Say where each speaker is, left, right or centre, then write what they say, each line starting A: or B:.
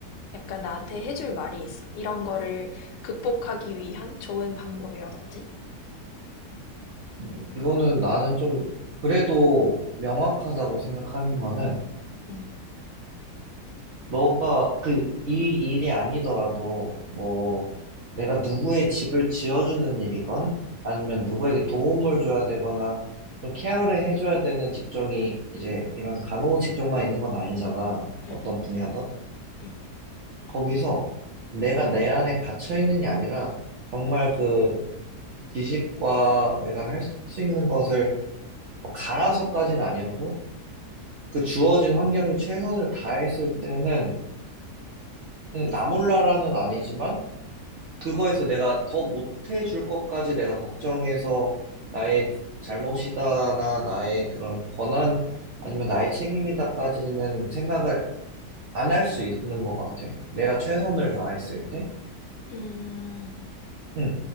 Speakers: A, on the left; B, on the right.
A: 약간 나한테 해줄 말이 있어? 이런 거를 극복하기 위한 좋은 방법이라든지?
B: 음, 이거는 나는 좀, 그래도 명확하다고 생각하는 거는,
A: 응,
B: 너가, 그, 이 일이 아니더라도, 뭐, 내가 누구의 집을 지어주는 일이건, 아니면 누구에게 도움을 줘야 되거나, 좀 케어를 해줘야 되는 직종이, 이제, 이런 간호 직종만 있는 건 아니잖아. 어떤
A: 응, 응,
B: 분야든.
A: 응.
B: 거기서 내가 내 안에 갇혀 있는 게 아니라 정말 그 지식과 내가 할 수 있는 것을 뭐 갈아서까지는 아니어도 그 주어진 환경이 최선을 다했을 때는 음, 나 몰라라는 아니지만 그거에서 내가 더 못해줄 것까지 내가 걱정해서 나의 잘못이다나 나의 그런 권한 아니면 나의 책임이다까지는 생각을 안 할 수 있는 것 같아. 내가 최선을 다했을 때.
A: 음,
B: 음.